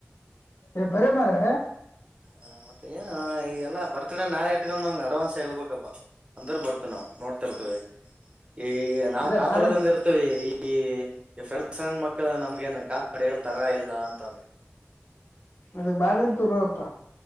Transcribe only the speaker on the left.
ಎ ಬರ್ರೀ ಮಾರೆ
ಅದೇ
ಬಾರ
ಅದ್ ಬಾರಿ ಅಂತಿರೋ ಅಪ್ಪ.